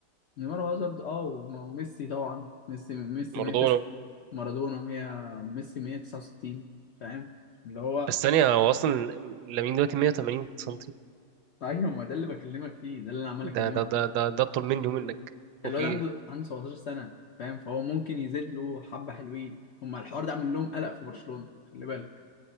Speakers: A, on the left; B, on the right.
A: نيمار وهازارد اه وم- وميسي طبعا ميسي ميسي
B: مارادونا
A: 109 مارادونا 100 ميسي 169 فاهم اللي هو
B: بس ثانية هو أصلا لامين دلوقتي 180 سنتي
A: <laughs> ايوه ما ده اللي بكلمك فيه ده اللي انا عمال اكلمك
B: ده ده ده ده ده أطول مني ومنك وفي
A: الواد
B: ايه
A: عنده عنده 17 سنة فاهم فهو ممكن يزيد له حبة حلوين هما الحوار ده عامل لهم قلق في برشلونة خلي بالك